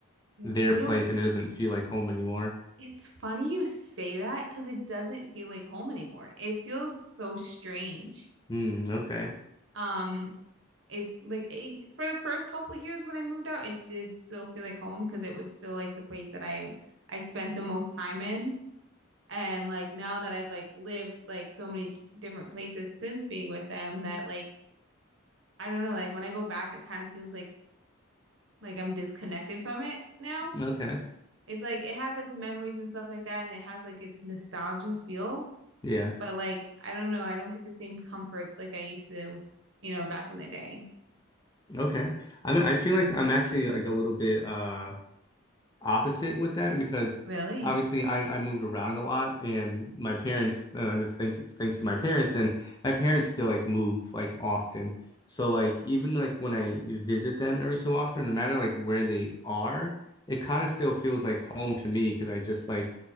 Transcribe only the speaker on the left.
their
place
and it doesn't feel like home anymore?
Hmm. Okay.
Okay.
Yeah.
Okay. I mean, I feel like I'm actually like a little bit uh opposite with that because
obviously I, I moved around a lot and my parents uh, that's thanks thanks to my parents and my parents still like move like often so like even like when I visit them every so often no matter like where they are it kind of still feels like home to me because I just like